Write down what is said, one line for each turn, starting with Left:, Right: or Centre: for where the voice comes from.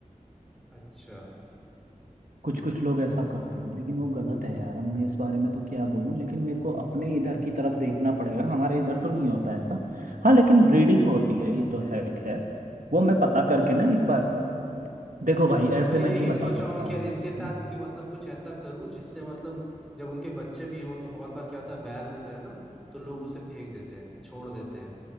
Centre: अच्छा
Right: कुछ कुछ लोग ऐसा करते हैं लेकिन वो गलत है यार अब मैं इस बारे में तो क्या बोलूँ लेकिन मेरे को अपने इधर की तरफ देखना पड़ेगा हमारे इधर तो नहीं होता ऐसा हाँ लेकिन ब्रीडिंग होती है ये तो है खैर वो मैं पता करके ना एक बार देखो भाई ऐसे
Centre: मैं
Right: मैं
Centre: यही
Right: नहीं बता
Centre: सोच
Right: सकता
Centre: रहा हूँ
Right: हूँ
Centre: कि यार इसके साथ
Right: है ना
Centre: कि मतलब कुछ ऐसा करूं जिससे मतलब जब उनके बच्चे भी हों तो बहुत बार क्या होता है बैल होता है ना तो लोग उसे फेंक देते हैं छोड़ देते हैं